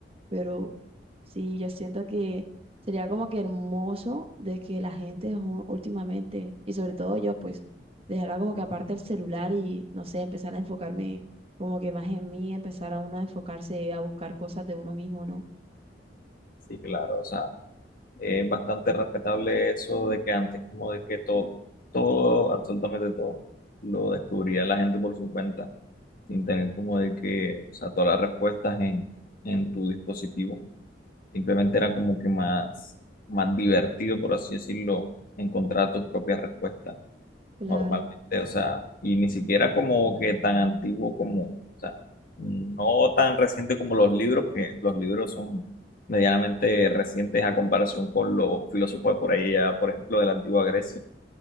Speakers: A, on the right; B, on the left.
A: pero sí, yo siento que sería como que hermoso de que la gente ju- últimamente, y sobre todo yo, pues, dejara como que aparte el celular y, no sé, empezar a enfocarme como que más en mí, empezar a uno a enfocarse a buscar cosas de uno mismo, ¿no?
B: Sí, claro, o sea, eh, bastante respetable eso de que antes como de que todo, todo, absolutamente todo, lo descubría la gente por su cuenta, sin tener como de que, o sea, todas las respuestas en, en tu dispositivo. Simplemente era como que más, más divertido, por así decirlo, encontrar tus propias respuestas
A: Claro,
B: normalmente, o sea, y ni siquiera como que tan antiguo como, o sea, no tan reciente como los libros, que los libros son medianamente recientes a comparación con los filósofos de por ahí, ya, por ejemplo, de la antigua Grecia,